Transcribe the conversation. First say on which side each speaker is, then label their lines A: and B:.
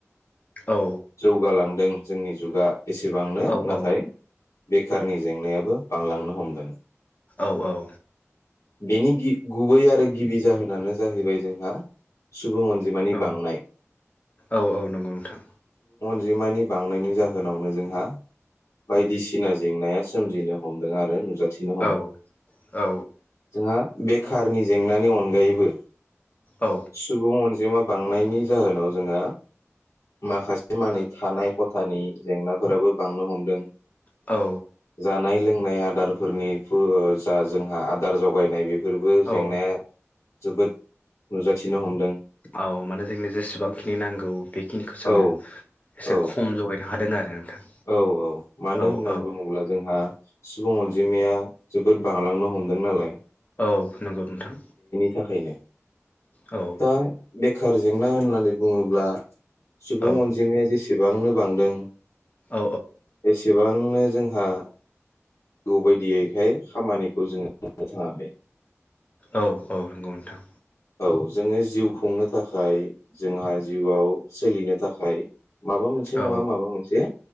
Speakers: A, on the left (about 30°); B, on the left (about 75°).
A: औ
B: जौगालांदों जोंनि जुगा एसेबांनो
A: औ
B: नाथाय
A: औ
B: बेखारनि जेंनायाबो बांलांनो हमदों
A: औ औ
B: बेनि गि गुबै आरो गिबि जाहोनानो जाहैबाय जोंहा सुबुं अनजिमानि
A: औ
B: बांनाय
A: औ औ नंगौ नोंथां
B: निमानि बांनायनि जाहोनावनो जोंहा बायदिसिना जेंनाया सोमजिनो हमदों आरो नुज -' थिनो हमदों
A: औ औ
B: जोंहा बेखारारनि जेंनानि अनगायैबो
A: औ
B: सुबुं आनजिमा जिमा बांनायनि जाहोनाव जोंहा माखासे मानि थानाय खथानि जेंनाफोराबो बांनो हमदों।
A: औ
B: नाय-लोंनाय आदारफोरनि फुर जा जोंहा आदार जगायनाय बे फोरबो
A: औ
B: जेंनाया जोबोद नुजाथिनो हमदों।
A: औ माने जोंनो जेसेबांखिनि नांगौ बेखिनिखौ जोङो
B: औ
A: एसे
B: औ
A: खम जगायनो हादों आरो नोंथां
B: औ औ मानो
A: औ
B: होननानै
A: औ।
B: बुङोब्ला जोंहा सुबुं अनजिमाया जोबोद बारलांनो हमदों नालाय
A: औ नोंगौ नोंथां।
B: नि थाखायनो
A: औ
B: दा बेखार जेंना होननानै बुङोब्ला सुबुं
A: औ
B: अनजिमाया जेसे सेबांनो बांदों
A: औ
B: एसेबां नो जोंहा नांगौ बायदियैखाय खामानिखौ जोङो मावनो थाङाखै
A: औ औ नंगौ नोंथां।
B: औ जोङो जिउ खुंनो थाखाय जोंहा जिउआव सोलिनो थाखाय माबा मोनसे
A: औ
B: नङा माबा मोनसे